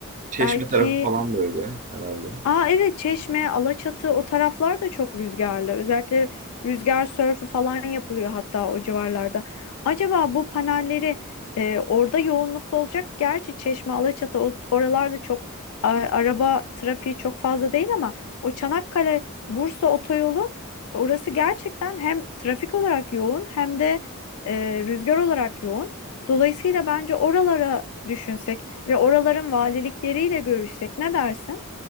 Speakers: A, on the right; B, on the left.
A: Çeşme
B: belki
A: tarafı falan böyle herhalde.
B: Aa evet Çeşme, Alaçatı o taraflar da çok rüzgarlı. Özellikle rüzgar sörfü falan yapılıyor hatta o civarlarda. Acaba bu panelleri e, orada yoğunluklu olacak. Gerçi Çeşme, Alaçatı o, oralarda çok a- araba trafiği çok fazla değil ama o Çanakkale Bursa otoyolu orası gerçekten hem trafik olarak yoğun hem de e, rüzgar olarak yoğun. Dolayısıyla bence oralara düşünsek ve oraların valilikleriyle görüşsek ne dersin?